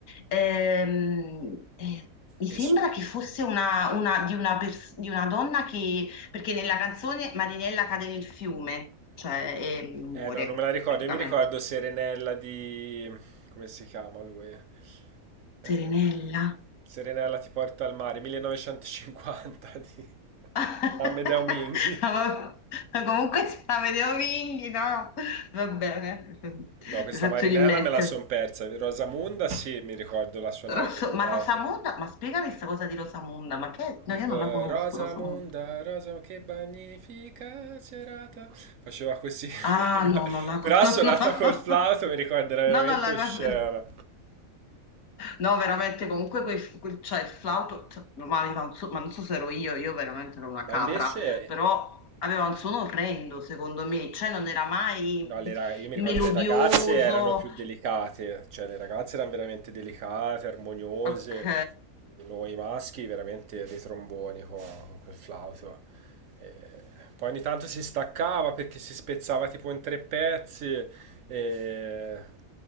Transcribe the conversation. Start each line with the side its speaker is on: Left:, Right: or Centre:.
Left: ehm, eh, mi sembra
Right: E su-
Left: che fosse una, una- di, una pers- di una donna che, perché nella canzone Marinella cade nel fiume, cioè e muore
Right: Eh no, non me la ricordo.
Left: praticamente.
Right: Io mi ricordo Serenella di... Come si chiama lui? Eh,
Left: Serenella.
Right: Serenella ti porta al mare, 1950 <laughs> di
Left: <laughs>
Right: Amedeo Minghi.
Left: Ma va- ma comunque se la vedevo Vinghi, no? Va bene,
Right: No, questa
Left: mi faccio
Right: Marinella
Left: rimettere.
Right: me la son persa. Di Rosamunda sì, mi ricordo la suonare
Left: Rosso-
Right: col flauto.
Left: ma Rosamunda, ma spiegami questa cosa di Rosamunda, ma che? No,
Right: Il
Left: io
Right: po-
Left: non la conosco,
Right: Rosamunda,
Left: Rosamunda.
Right: Rosa, che magnifica serata. Faceva così.
Left: Ah, no,
Right: <laughs>
Left: non la
Right: Però
Left: conosco.
Right: suonata col flauto
Left: <laughs>
Right: mi ricorderà veramente
Left: No, no, no, no,
Right: scena.
Left: non la No, veramente, comunque quel, quel- cioè, il flauto, cioè, ma, aveva un su- ma non so se ero io, io veramente ero una
Right: Ma
Left: capra,
Right: invece...
Left: però aveva un suono orrendo, secondo me, cioè non era mai
Right: No, le ra- io mi
Left: melodioso.
Right: ricordo le ragazze erano più delicate, cioè le ragazze erano veramente delicate, armoniose,
Left: Ok.
Right: noi maschi veramente dei tromboni co- con, quel flauto. Eh, poi ogni tanto si staccava perché si spezzava tipo in tre pezzi. e